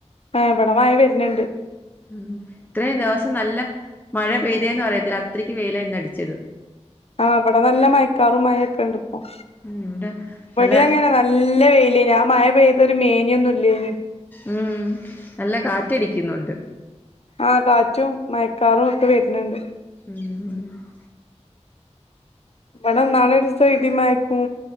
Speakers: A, on the left (about 55°); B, on the left (about 15°).
A: ഏഹ് ഇവിടെ മഴ വരുന്നുണ്ട്
B: ഉം ഇത്രേം ദിവസം നല്ല മഴ പെയ്തെയാന്ന് പറയത്തില്ലാ അത്രയ്ക്ക് വെയിലാ ഇന്ന് അടിച്ചത്
A: ആഹ് ഇവടെ നല്ല മയക്കാറും മയെക്കെ ഇണ്ട് ഇപ്പം
B: ഉം ഇവിടെ
A: ഇവടി
B: നല്ല
A: അങ്ങനെ നൽ നല്ല വെയിലേനി ആ മഴ പെയ്ത ഒരു മേനിയൊന്നുല്ലേനി
B: ഉം നല്ല കാറ്റടിക്കുന്നൊണ്ട്.
A: ആഹ് കാറ്റും മയക്കാറും ഒക്കെ വെരുന്ന്ണ്ട്
B: ഉം
A: ഇവിടെ ഇന്നാൾ ഒരു ദിവസം ഇടിയും മഴയും